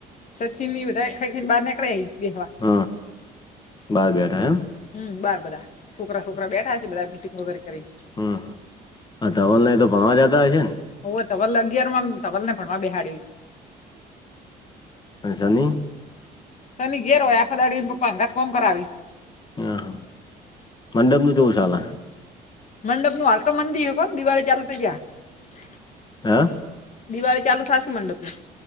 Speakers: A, on the left; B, on the left.
A: સચિન ની બધાય ખય ખય બાર નીકળા <unintelligible> બેહવા
B: હ બાર બેઠા એમ
A: હુ બાર બધા છોકરા છોકરા બેઠા છી બધા મીટિંગ વગેરે કરીન
B: હુ અતાર ઓનલાઇન તો ભણવા જાતા હશે ને
A: હવે ધવલ અગિયાર માં ધવલ ને ભણવા બેહાડ્યું
B: હ હશની.
A: શની ઘેર હોય આખો દાળો એન પપ્પા ઘર કોમ કરાવી- -
B: હ મંડપનું <unintelligible> ચાલે
A: મંડપ નું હાલતો મંદી <unintelligible> દિવાળી ચાલુ તો જ્યાં- -
B: હા
A: દિવાળી ચાલુ થાસે મંડપ- -